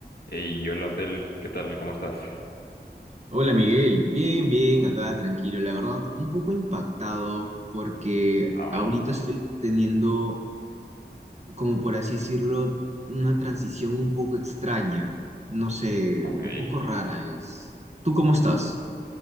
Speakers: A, on the left; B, on the right.
A: Hey, hola Abdel, ¿qué tal? ¿Cómo estás?
B: Hola Miguel, bien, bien, acá tranquilo, la verdad, un poco impactado porque
A: Ah, vaya,
B: ahorita estoy teniendo, como por así decirlo, una transición un poco extraña, no sé,
A: ok.
B: un poco rara es. ¿Tú cómo estás?